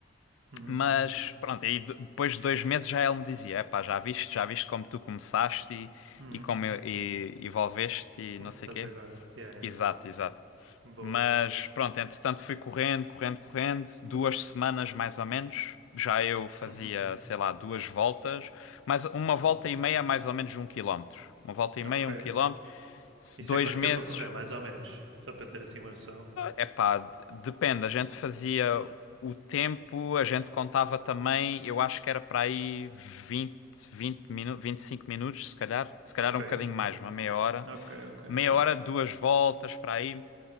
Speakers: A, on the right (about 75°); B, on the left (about 80°).
A: Uhum,
B: mas pronto, aí de- depois de dois meses já ele me dizia, é pá, já viste, já viste como tu começaste
A: uhum.
B: e, e como eu- e, e evolveste e
A: Como
B: não
A: tu
B: sei
A: estás
B: quê.
A: agora. Yeah, yeah,
B: Exato,
A: yeah.
B: exato.
A: Boa.
B: Mas pronto, entretanto fui correndo, correndo, correndo, duas semanas mais ou menos. Já eu fazia,
A: Uhum,
B: sei lá, duas voltas, mas uma
A: uhum.
B: volta e meia, mais ou menos de um quilómetro. Uma volta e meia,
A: Ok,
B: um quilómetro. Se
A: Isso
B: Dois
A: é quanto
B: meses,
A: tempo a correr, mais ou menos? Só para eu ter assim uma noção.
B: epá, d- depende. A gente fazia o tempo, a gente contava também, eu acho que era para aí 20, 20 minutos, 25 minutos, se calhar. Se calhar
A: Ok,
B: um bocadinho mais, uma meia hora.
A: ok, ok,
B: Meia
A: ok.
B: hora, duas voltas para aí.